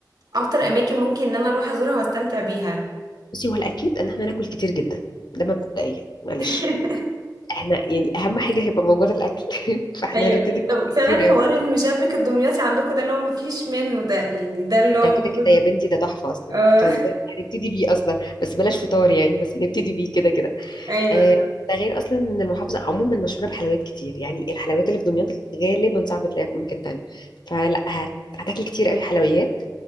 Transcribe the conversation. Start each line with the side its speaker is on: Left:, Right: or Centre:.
Right: اكتر اماكن ممكن ان انا اروح ازورها واستمتع بيها
Left: بصي هو الأكيد إن احنا ناكل كتير جدا ده مبدئيا معلش
Right: <laughs>
Left: احنا يعني أهم حاجة هيبقى موجودة الأكل <laughs> فاحنا
Right: ايوه
Left: هنبتدي بأكل
Right: طب فعلا
Left: كتير
Right: حوار
Left: أوي
Right: المشبك الدمياطي عندكم ده اللي هو مفيش منه ده يعني ده اللي
Left: ده
Right: هو المفروض
Left: كده كده يا بنتي ده تحفة أصلا
Right: اه
Left: بتهزري هنبتدي بيه أصلا بس بلاش فطار يعني بس هنبتدي بيه كده كده
Right: <laughs> ايوه
Left: آه ده غير أصلا إن المحافظة عموما مشهورة بحلويات كتير يعني الحلويات اللي في دمياط غالبا صعب تلاقيها في مكان تاني فلا هت... هتاكلي كتير أوي حلويات